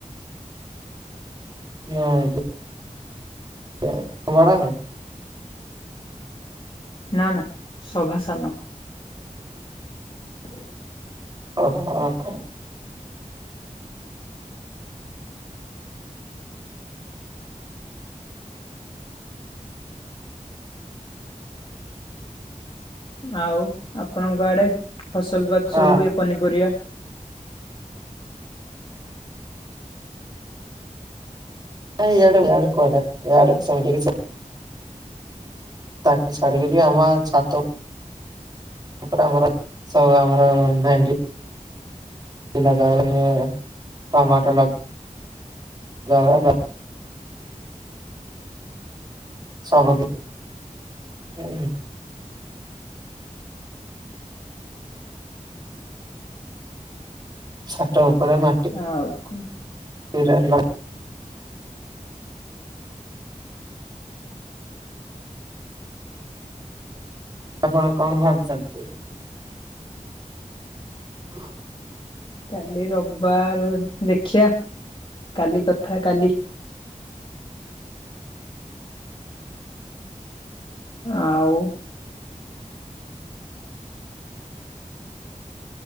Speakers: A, on the right (about 30°); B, on the left (about 40°).
A: ହଁ, ଆଜ୍ଞା। ତୁ ବଡ଼ା ନା।
B: ନା ନା ସଭା ସାନ। ହ।
A: ଓ ହୋ ହ ହୋ।
B: ଆଉ ଆପଣଙ୍କ ଆଡେ ଫସଲ ବାତ
A: ହଁ
B: ସବୁ ହୁଏ। ପନିପରିବା।
A: ଆଡକ କଡଡିତି <unintelligible> ତାକୁ ଛାଡିକରି ଆମ ଛାତ ତାପରେ ଆମର ସବୁ ଆମର ଭେଣ୍ଡି। ଲଗାହୁଏ ଟମାଟର ଲ ଗା ହୁଏ ସବ କି ହଁ <unintelligible> ଛଟ ଉପରେ ମାଟି।
B: ହଉ କ
A: ଫରେଲା <inaudible> ଆପଣ କଣ ଭାବିଛନ୍ତି? ହ।
B: କାଲି ରବିବାର ଦେଖିବା। କାଲି କଥା କାଲି। ଆଉ।